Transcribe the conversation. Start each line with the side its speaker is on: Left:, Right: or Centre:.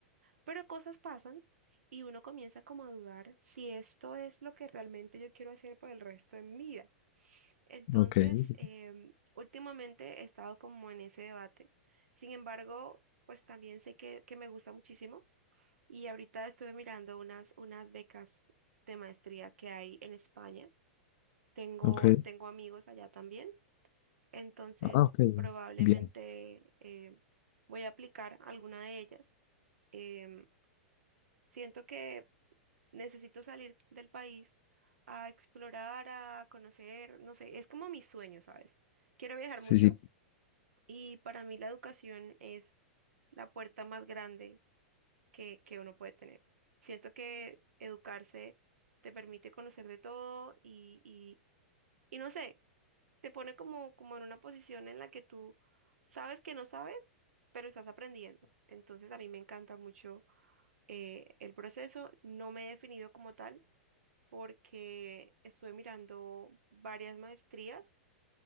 Right: pero cosas pasan y uno comienza como a dudar si esto es lo que realmente yo quiero hacer por el resto de mi vida. Entonces,
Left: Ok, sí,
Right: em, últimamente he estado como en ese debate. Sin embargo, pues también sé que, que me gusta muchísimo y ahorita estuve mirando unas, unas becas de maestría que hay en España. Tengo,
Left: ok.
Right: tengo amigos allá también. Entonces,
Left: Ah, ok.
Right: probablemente
Left: Bien.
Right: eh, voy a aplicar alguna de ellas. Em, siento que necesito salir del país a explorar, a conocer, no sé, es como mi sueño, ¿sabes? Quiero viajar
Left: Sí,
Right: mucho
Left: sí.
Right: y para mí la educación es la puerta más grande que, que uno puede tener. Siento que educarse te permite conocer de todo y, y, y no sé. te pone como, como en una posición en la que tú sabes que no sabes, pero estás aprendiendo. Entonces a mí me encanta mucho eh, el proceso. No me he definido como tal porque estuve mirando varias maestrías